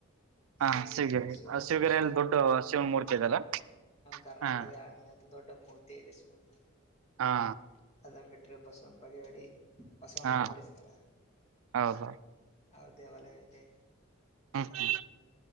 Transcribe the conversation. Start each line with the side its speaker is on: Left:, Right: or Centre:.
Right: ಹಾ
Left: ಶಿವಗಿರಿ ಅಂತ ಶಿವನ್
Right: ಶಿವಗಿರಿಯಲ್ಲಿ
Left: ಶ
Right: ದೊಡ್ಡ ಶಿವನ ಮೂರ್ತಿ ಇದೆಲ್ಲ
Left: ಕರ್ನಾಟಕದ
Right: ಹಾ
Left: ಅತಿ ದೊಡ್ಡ ಮೂರ್ತಿ ಇದೆ ಶಿವನದ
Right: ಹಾ
Left: ಅದುನ್ ಬಿಟ್ರೆ ಬಸವನ್ ಬಾಗೆೇವಾಡಿ ಬಸವಣ್ಣ
Right: ಹಾ
Left: ರೊಟ್ಟಿಸ್ತಳ
Right: ಹೌದು
Left: ಅವು ದೇವಾಲಯ ಇದೆ
Right: ಹ್ಮ್